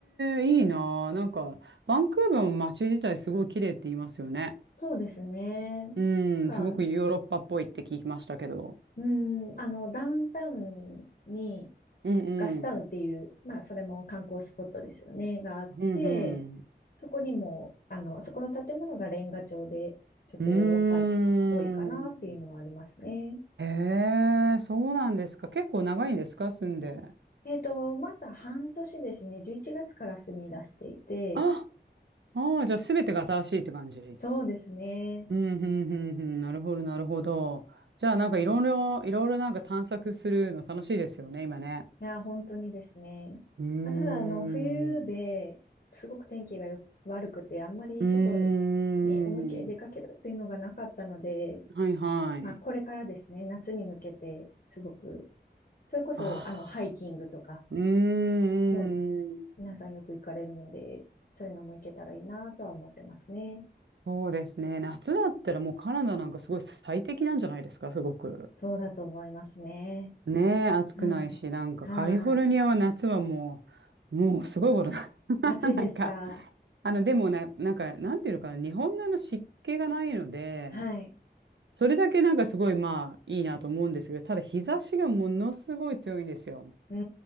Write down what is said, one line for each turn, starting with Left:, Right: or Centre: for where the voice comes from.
Right: え、いいなあ。なんか、バンクーバーの街自体すごい綺麗って言いますよね。
Left: そうですね。
Right: うん、
Left: なんか、
Right: すごくヨーロッパっぽいって聞きましたけど。
Left: うん、あの、ダウンタウンに
Right: うんうん。
Left: ガスタウンっていう、まあ、それも観光スポットですよね、があって、
Right: うん
Left: そこにも、あの、そこの建物がレンガ調で、ちょっとヨーロッパっぽいかなっていうのはありますね。
Right: うん。うーん。へえ、そうなんですか。結構長いんですか、住んで。
Left: えっと、まだ半年ですね、11月から住み出していて、
Right: あ、ああ、じゃあ全てが新しいって感じ。
Left: そうですね。
Right: うん、うん、うん、うん。なるほど、なるほど。じゃあ、なんかいろいろ、いろいろなんか探索するの楽しいですよね、今ね。
Left: いや、本当にですね。
Right: うーん。
Left: まあ、ただ、あの、冬ですごく天気がよ悪くて、
Right: う
Left: あんまり外
Right: ーん。
Left: に思い切り出かけるっていうのがなかったので、
Right: はいはい。
Left: まあ、これからですね、夏に向けて、すごく、それこそ、
Right: あ
Left: あの、ハイキングとか、
Right: あ。うーん。
Left: もう皆さんよく行かれるので、そういうのも行けたらいいなとは思ってますね。
Right: そうですね。夏だったらもうカナダなんかすごい最適なんじゃないですか、すごく。
Left: そうだと思いますね。
Right: ねえ、暑くないし、
Left: はい。
Right: なんかカリフォルニアは夏はも
Left: はい。
Right: う、もうすごいことな。<laughs>
Left: 暑いですか
Right: なんか、あの、でもね、なんか、なんていうのかな、日本のあの湿気がないので、
Left: はい。
Right: それだけなんかすごいまあいいなと思うんですけど、ただ日差しがものすごい強いんですよ。
Left: うー